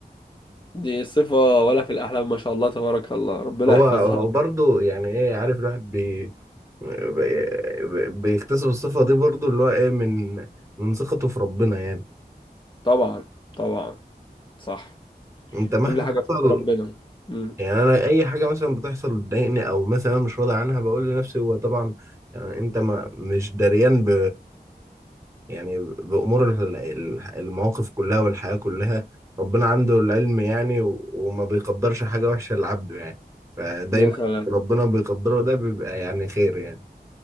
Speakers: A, on the left; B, on the right.
A: دي صفة ولا في الأحلام ما شاء الله تبارك الله ربنا
B: هو
A: يحفظها
B: هو برضه يعني ايه عارف الواحد بي بي- بيكتسب الصفة دي برضه اللي هو ايه من من ثقته في ربنا يعني
A: طبعا طبعا صح
B: انت مهما
A: كل حاجة
B: حصل
A: في ايد ربنا امم
B: يعني انا اي حاجة مثلا بتحصل تضايقني او مثلا انا مش راضي عنها بقول لنفسي هو طبعا يعني انت ما مش دريان ب يعني بأمور ال- ال- المواقف كلها والحياة كلها ربنا عنده العلم يعني و- وما بيقدرش حاجة وحشة لعبده يعني فدايما
A: يا سلام
B: ربنا بيقدره ده بيبقى يعني خير يعني